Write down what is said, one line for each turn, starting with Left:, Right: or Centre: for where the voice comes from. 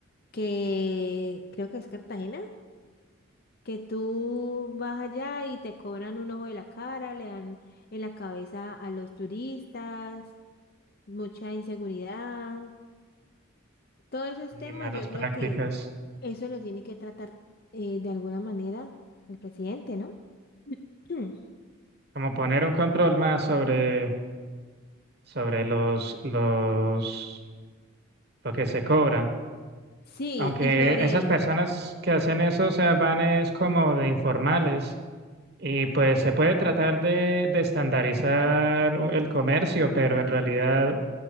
Left: que creo que es Cartagena, que tú vas allá y te cobran un ojo de la cara, le dan en la cabeza a los turistas, mucha inseguridad. Todos esos
Right: y
Left: temas
Right: malas
Left: yo creo
Right: prácticas.
Left: que Eso lo tiene que tratar eh, de alguna manera el presidente, ¿no? <clears throat> Hmm.
Right: Como poner un control más sobre, sobre los, los, lo que se cobra.
Left: Sí,
Right: Aunque
Left: y sobre...
Right: esas personas que hacen eso, o sea, van es como de informales. Y pues se puede tratar de, de estandarizar el comercio, pero en realidad